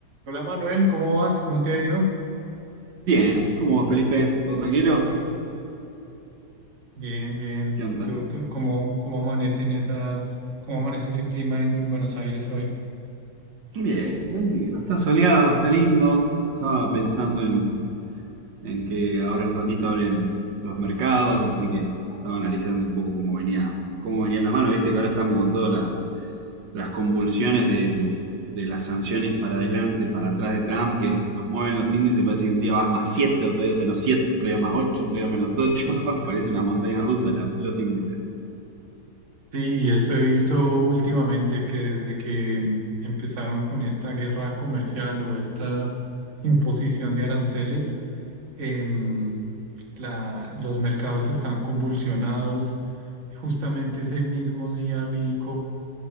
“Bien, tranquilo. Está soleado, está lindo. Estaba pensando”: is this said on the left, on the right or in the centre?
Right